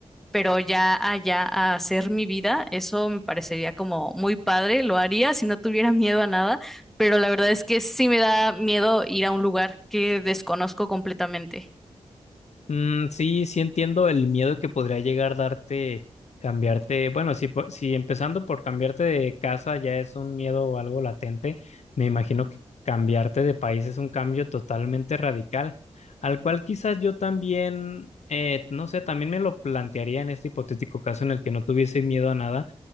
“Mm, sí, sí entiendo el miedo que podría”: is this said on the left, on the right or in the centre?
Left